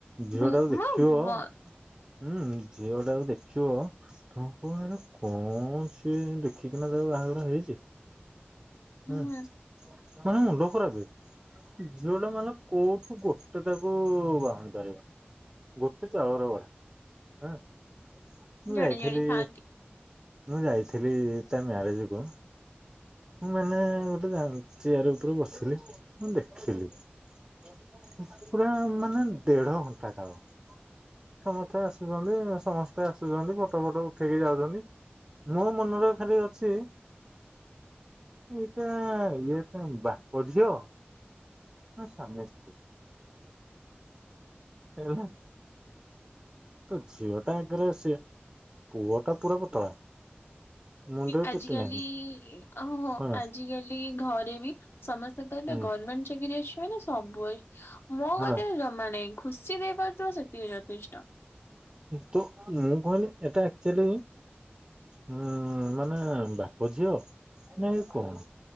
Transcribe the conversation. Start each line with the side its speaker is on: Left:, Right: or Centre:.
Right: ଝିଅ
Left: ବୋ
Right: ଟାକୁ ଦେଖିବ।
Left: ମୋ ବ
Right: ହୁଁ ଝିଅ ଟାକୁ ଦେଖିବ ତମେ କହିବ ଆର କଣ ସିଏ ଦେଖି ଚିକନା ଯୋଗୁ ବାହାଘର ହେଇଛି
Left: ହୁଁ
Right: ବା
Left: ହୁଁ
Right: ତୁମ ମୁଣ୍ଡ ଖରପେ। ଝିଅ ଟା ମାନେ କୋଉଠୁ ଗୋଟେ ତାକୁ ବାହୁନିପାରିବନି। ଗୋଟେ ଚାଉଳରେ ଗଢ଼ା। ଆଁ ମୁଁ
Left: ଜାଣି
Right: ଯାଇଥିଲି
Left: ଜାଣି ଥାଆନ୍ତି।
Right: ମୁଁ ଯାଇଥିଲି ତା ମ୍ୟାରେଜ କୁମ ମୁଁ ମାନେ ଗୋଟେ ଚେୟାର ଉପରେ ବସିଲି ମୁଁ ଦେଖିଲି ପୁରା ମାନେ ଦେଢ ଘଣ୍ଟା କାଳ ସମସ୍ତେ ଆସୁଚନ୍ତି ସମସ୍ତେ ଆସୁଚନ୍ତି ଫଟୋ ଫଟ ଉଠେଇକି ଯାଉଚନ୍ତି। ମୋ ମନରେ ଖାଲି ଅଛି ଇଏ ତା ଇଏ ତା ବାପ ଝିଅ ନା ସ୍ୱାମୀ ସ୍ତ୍ରୀ ଏଭଡ଼ା। ତ ଝିଅ ଟା ଆଗରେ ସେ ପୁଅ ଟା ପୁରା ପତଳା। ମୁଣ୍ଡରେ
Left: ଆଜି
Right: ଚୁଟି
Left: କାଲିହଁଆଜିକାଲି
Right: ନାହିଁ ହଁ
Left: ଘରେ ବି ସମସ୍ତେ କହିବେ
Right: ହୁଁ
Left: ଗର୍ମେଣ୍ଟ ଚାକିରିୀ ଅଛି ମାନେ ସବୁ ଅଇ ମୋ
Right: ହେଲା
Left: କତିରେ ଜମା ନାହିଁ। ଖୁସି ଦେଇପାରୁଥିବ ସେତିକି ଯଥେଷ୍ଟ।
Right: ତ ମୁଁ କହିଲି ଏଟା ଆକ୍ଚୁଆଲି ହୁଁ ମାନେ ବାପ ଝିଅ ନାଏ କଣ।